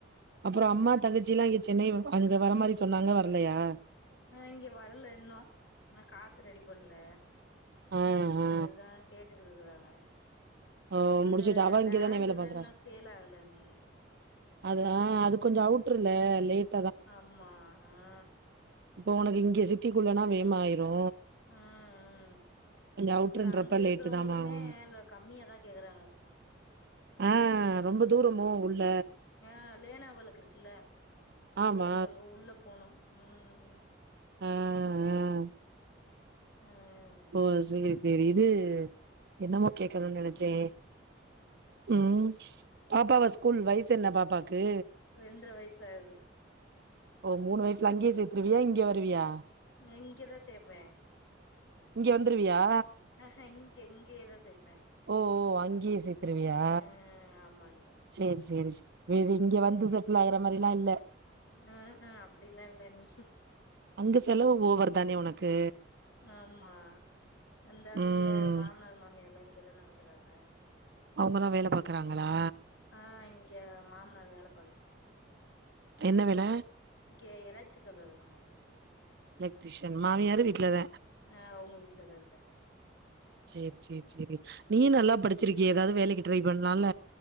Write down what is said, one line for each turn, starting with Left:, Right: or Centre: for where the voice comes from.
Right: அப்புறோ அம்மா தங்கச்சில்லா இங்க சென்னை வ அங்க வர மாரி சொன்னாங்க வரல்லையா
Left: ஆ இங்க வரல இன்னு இன்னு காசு ரெடி பண்ல
Right: ஆ ஆ
Left: அதுதா கேட்டுக்கிட்டு இருக்கறாங்க
Right: ஓ
Left: அந்த
Right: முடிச்சுட்டு அவ
Left: லேண்ட்டுதா
Right: இங்க தானே வேல பாக்குறா.
Left: இன்னு சேல் ஆகல அண்ணி
Right: அது அ அது கொஞ்சோ அவுட்ருல லேட்
Left: ஆம்மா ஆ
Right: இப்போ உனக்கு இங்க சிட்டிக்குள்ளனா வேமாயிரு
Left: அ அ
Right: அவுட்ருன்றப்ப
Left: அது அங்க இருக்கிறவங்களுமே
Right: லேட்டு தாம்மா ஆகும்.
Left: இல்ல கம்மியாதா கேக்குறாங்க
Right: ஆ ரொம்ப தூரமோ உள்ள
Left: ஆ லேனா வளக்கு இருக்குல்ல
Right: ஆமா
Left: அதுக்கு அங்க உள்ள போனு ம் ம்
Right: ம் ம்
Left: ம்
Right: ஓ சேரி சேரி இது என்னமோ கேக்கணுன் நெனச்சே ம் பாப்பாவ ஸ்கூல் வய்சு என்ன பாப்பாக்கு
Left: ரெண்ட்ர வயசாவ்து
Right: ஓ மூணு வய்சுல அங்க்யே சேத்திருவியா இங்க வருவியா
Left: நா இங்கதா சேப்பே
Right: இங்க வந்துருவியா
Left: ஆஹ இங்கே இங்யேதா சேப்பே
Right: ஓ ஓ அங்க்யே சேத்துருவியா
Left: ஆ ஆமா அண்ணி
Right: சேரி சேரி சே வேறிங்க வந்து
Left: ம்
Right: செட்டில் ஆகுற மாறில்லா இல்ல
Left: ஆ ஆ அப்டிலா இல்ல அண்ணி
Right: அங்க செலவு ஓவர் தானே உனக்கு
Left: ஆமா எல்லாரு
Right: ம்
Left: இங்க மாமனார் மாமியார்ல்லா இங்கதான இருக்கறாங்க
Right: அவுங்கல்லா வேல பாக்கறாங்களா
Left: ஆ இங்க மாமனார் வேல பாக்கறாங்க
Right: என்ன வேல
Left: இங்க எலட்டிரிக்கல் வேலதா பாக்
Right: எலக்ட்ரிஷன் மாமியாரு வீட்லத
Left: ம் ஆ அவுங்க வீட்லதா இருக்காங்
Right: சேரி சேரி சேரி நீயு நல்லா படுச்சிருக்கியே எதாது வேலைக்கு ட்ரை பண்ணலால